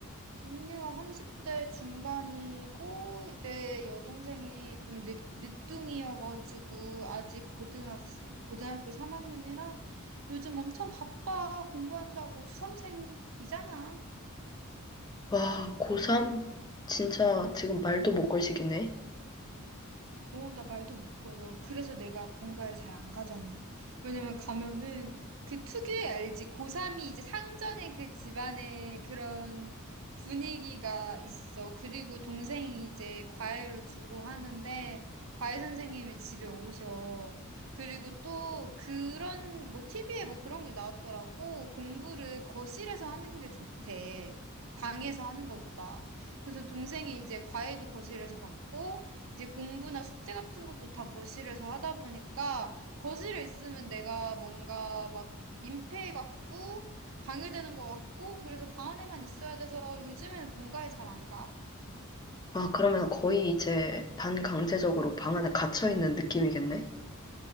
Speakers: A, on the right (about 65°); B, on the left (about 20°).
A: 언니가 30대 중반이고, 내 여동생이 좀 늦, 늦둥이여가지고, 아직 고등학생, 고등학교 3학년이라 요즘 엄청 바빠. 공부한다고 수험생이잖아.
B: 와, 고3? 진짜 지금 말도 못 걸 시기네.
A: 오, 나 말도 못 걸어. 그래서 내가 본가에 잘 안 가잖아. 왜냐면 가면은 그 특유의 알지? 고3이 이제 상전의 그 집안의 그런 분위기가 있어. 그리고 동생이 이제 과외를 주로 하는데 과외 선생님이 집에 오셔. 그리고 또 그런 뭐 TV에 뭐 그런 게 나왔더라고. 공부를 거실에서 하는 게 좋대. 방에서 하는 것보다. 그래서 동생이 이제 과외도 거실에서 받고 이제 공부나 숙제 같은 것도 다 거실에서 하다 보니까 거실에 있으면 내가 뭔가 막 민폐 같고 방해되는 것 같고 그래서 방 안에만 있어야 돼서 요즘에는 본가에 잘 안 가.
B: 아, 그러면 거의 이제 반강제적으로 방 안에 갇혀 있는 느낌이겠네?